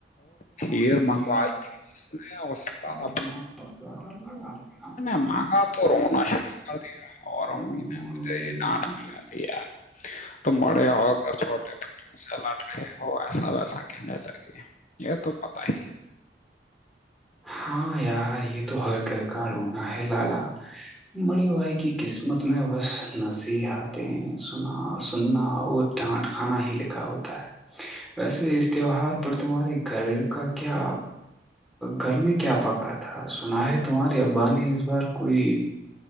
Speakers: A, on the left; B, in the centre.
A: کھیر
B: انے
A: منگوائی تھی اس نے اس پر
B: کا اپنا کپہ کرنا ڈاتتا <unintelligible>
A: مہنگا تو رونا شروع کر دیا اورم
B: اور امی
A: مہینے مجھے
B: یہ
A: ڈانٹ
B: نام
A: ملا دی یار تو مڑے ہو کر چھوٹے بچوں سے لڑ رہے ہو پیسا ویسا کہنے لگے یہ تو پتا ہی ہے <unintelligible>
B: ہاں یار یہ تو ہر گھر کا رونا ہے لالا بڑے بھائی کی قسمت میں بس نصیحاتیں سنا سننا اور ڈانٹ کھانا ہی لکھا ہوتا ہے ویسے اس تہوار پر تمہارے گھر کا کیا گھر میں کیا پکا تھا سنا ہے تمہارے ابا نے اس بار کوئی